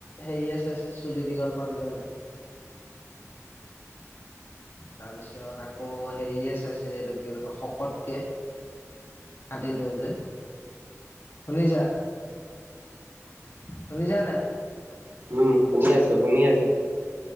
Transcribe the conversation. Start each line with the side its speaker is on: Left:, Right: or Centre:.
Left: হেৰিয়ে চাইছে চুলি দীঘল। মানুহ জনে তাৰপিছত আকৌ হেৰিয়ে চাইছে এই কি শকতকে হাতী টো যে শুনিছা শুনিছা নাই।
Right: উম শুনি আছো শুনি আছো